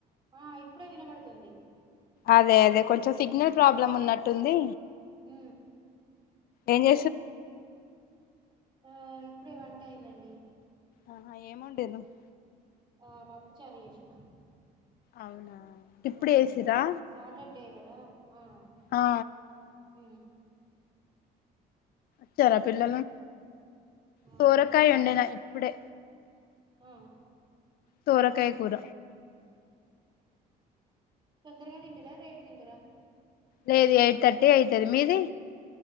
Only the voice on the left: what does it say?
అదే అదే కొంచెం సిగ్నల్ ప్రాబ్లం ఉన్నట్టుంది
ఏంజ
ఆ ఏముండే నువ్వు
అవునా ఇప్పుడు
ఏసిరా
ఆ
చ్చార పిల్లలు
సోర
కాయ ఒండినా ఇప్పుడే
తోరకయ కూర
లేదు ఎయిట్ థర్టీ అయితుంది మీది